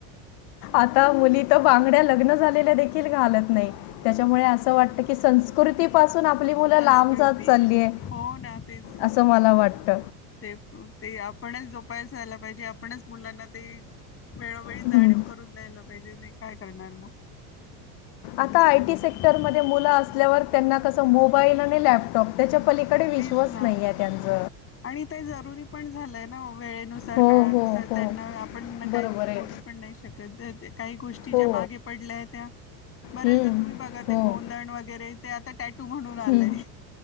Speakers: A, on the left; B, on the left.
A: आता मुली तर बांगड्या लग्न झालेल्या देखील घालत नाही. त्याच्यामुळे असं वाटतं की, संस- कृती पासून आपली मुलं
B: संस्कृती
A: लांब जात चाललीये,
B: हो ना तेच ना
A: असं मला वाटत.
B: ते, ते आपणच जोपासायला पाहिजे, आपणच मुलांना ते- वेळोवेळी
A: हम्म.
B: जाणीव करून द्यायला पाहिजे, मी काय करणार मग?
A: आता
B: दुसऱ्या
A: आयटी
B: गोष्टी
A: सेक्टर मध्ये मुलं असल्यावर- त्यांना कसं मोबाईल आणि लॅपटॉप त्याच्या पलीकडे
B: तेच
A: विश्वस
B: ना
A: नाही आहे त्यांच.
B: आणि ते जरुरी पण झालंय ना, वेळेनुसार,
A: हो
B: काळानुसार
A: हो हो
B: त्यांना आपण काही-
A: बरोबर आहे
B: बोलू पण नाही शकत. काही गोष्टी-
A: हो
B: च्या मागे पडल्या होत्या, बऱ्याचदा‌
A: हम्म,
B: तुम्ही बघा, ते
A: हो
B: गोंदण वैगरे ते आता टँक- तू म्हणून आलंय,
A: हं.